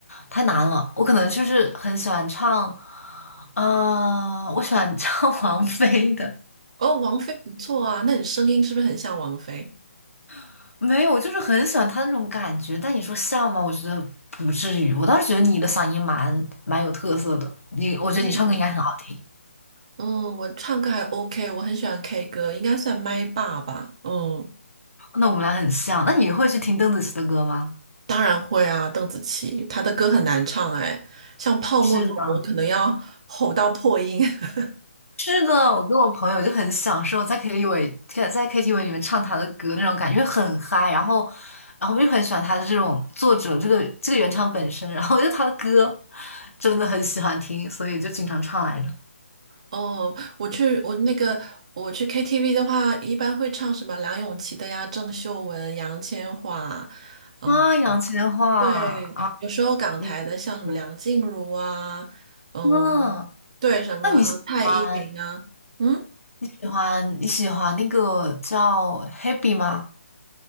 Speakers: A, on the left; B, on the right.
A: 太难了，我可能就是很喜欢唱，呃，我喜欢唱 <laughs> 王菲的，
B: 哦，王菲不错啊，那你声音是不是很像王菲？
A: <laughs> 没有，我就是很喜欢她那种感觉。但你说像吗？我觉得不至于。我倒是觉得你的嗓音蛮蛮有特色的，你我觉得你唱歌应该很好听。
B: 哦嗯，我唱歌还 OK，我很喜欢 K 歌，应该算麦霸吧。嗯，
A: 那我们俩很像。那你会去听邓紫棋的歌吗？
B: 当然会啊，邓紫棋她的歌很难唱哎，像《泡沫》那种我可能要吼到破音。
A: 是的，
B: <laughs>
A: 是的，我跟我朋友就很享受在 KTV 在 KTV 里面唱他的歌那种感觉，因为很嗨。然后，然后我就很喜欢他的这种作者，这个这个原唱本身，然后就他的歌真的很喜欢听，所以就经常唱来着。
B: 哦，我去我那个我去 KTV 的话，一般会唱什么梁咏琪的呀、郑秀文、杨千嬅，嗯，
A: 啊，杨千嬅啊，
B: 对，有时候港台的像什么梁静茹啊，
A: 你嗯，
B: 嗯，
A: 嗯
B: 对，什么啊蔡依林啊，
A: 那你喜欢
B: 嗯。
A: 喜欢你喜欢那个叫 Happy 吗